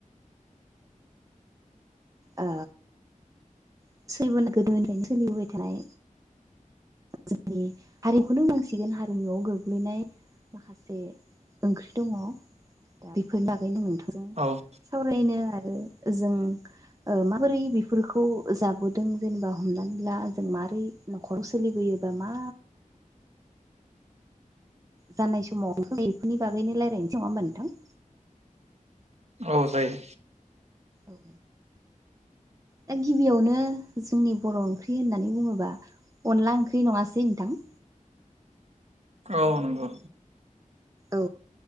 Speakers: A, on the right; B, on the right.
A: ओ <unintelligible> गोदोनिफ्रायनो सोलिबोबाय थानाय जोंनि हारिमुखौनो होननांसिगोन हारिमुआव गोग्लैनाय माखासे ओंख्रि दङ। दा बेफोरनि बागैनो नोंथांजों
B: औ
A: सावरायनो आरो जों माबोरै बेफोरखौ जाबोदों जेनेबा हमनानै ला जों मारै न'खर सोलिबोयोबा मा जानाय समाव बेफोरनि बागैनो रायलायनोसै। नङा होमबा नोंथां?
B: औ जायो।
A: औ औ दा गिबियावनो जोंनि बर' ओंख्रि होननानै बुङोबा अनला ओंख्रि नङासै नोंथां?
B: औ नंगौ।
A: औ